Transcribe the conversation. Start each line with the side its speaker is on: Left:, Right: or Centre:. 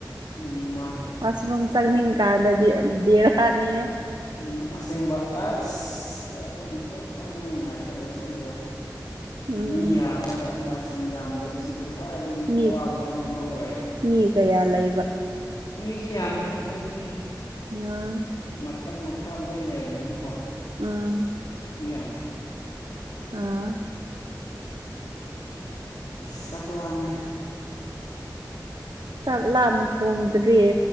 Left: ꯎꯝ ꯃꯥꯅꯦ
Right: ꯋꯥꯁꯔꯨꯝ ꯆꯪꯅꯤꯡꯀꯥꯟꯗꯗꯤ ꯕꯤꯔꯍꯅꯤ
Left: ꯎ ꯑꯁꯦꯡꯕ ꯑꯁ ꯑꯁꯨꯝꯁꯨ ꯆꯪꯕ ꯅꯨꯡꯉꯥꯏꯔꯦ ꯐꯠꯇꯕꯁꯤꯗꯤ ꯑꯣ
Right: ꯎꯝ
Left: ꯃꯤ ꯌꯥꯝꯃꯒ ꯋꯥꯁꯔꯨꯝ ꯌꯥꯝꯗꯕꯁꯤꯗꯤ ꯈ꯭ꯋꯥꯏꯗꯒꯤ
Right: ꯃꯤ
Left: ꯑꯋꯥꯕ ꯊꯕꯛ ꯑꯃ ꯑꯣꯏ
Right: ꯃꯤ ꯀꯌꯥ ꯂꯩꯕ
Left: ꯃꯤꯁꯦ ꯌꯥꯝꯃꯦꯗ ꯑꯩꯈꯣꯏꯗꯗꯤ
Right: ꯌꯥ
Left: ꯃꯊꯛ ꯃꯈꯥ ꯂꯣꯏ ꯂꯩꯕꯅꯤꯅꯀꯣ
Right: ꯑꯥ
Left: ꯃꯤ ꯌꯥꯝꯃꯦ
Right: ꯑ
Left: ꯆꯛꯂꯃꯦ
Right: ꯆꯠꯂ ꯑꯃꯛ ꯍꯣꯡꯗ꯭ꯔꯤ